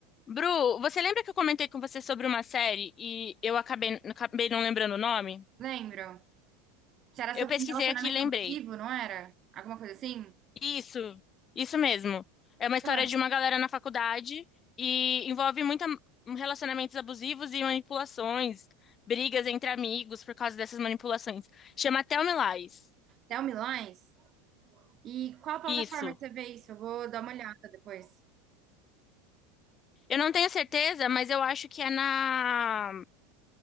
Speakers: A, on the left (about 30°); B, on the right (about 35°).
A: Bru, você lembra que eu comentei com você sobre uma série e eu acabei, acabei não lembrando o nome?
B: Lembro. Era
A: Eu
B: sobre
A: pesquisei
B: um relacionamento
A: aqui e lembrei.
B: abusivo, não era? Alguma coisa assim?
A: Isso, isso mesmo. É uma história
B: Ah,
A: de uma galera na faculdade e envolve muita relacionamentos abusivos e manipulações, brigas entre amigos por causa dessas manipulações. Chama Tell Me Lies.
B: Tell Me Lies. E qual plataforma
A: Isso.
B: que você vê isso? Eu vou dar uma olhada depois.
A: Eu não tenho certeza, mas eu acho que é na